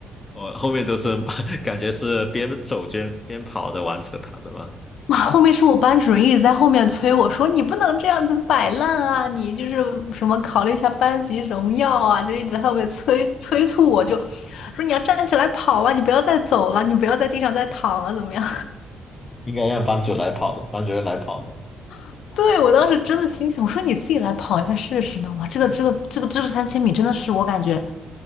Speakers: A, on the left (about 25°); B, on the left (about 75°).
A: 我后面都是 <laughs> 感觉是边走边边跑的完成它的嘛，
B: 哇，后面是我班主任一直在后面催我说：“你不能这样子摆烂啊，你就是什么考虑一下班级荣耀啊。”就一直在后面催催促我就，说你要站起来跑啊，你不要再走了，你不要在地上再躺了，怎么样？
A: 应该让班主来跑的，班主任来跑的。
B: <laughs> 对，我当时真的心想，我说你自己来跑一下试试呢。哇，这个这个这个这个三千米真的是我感觉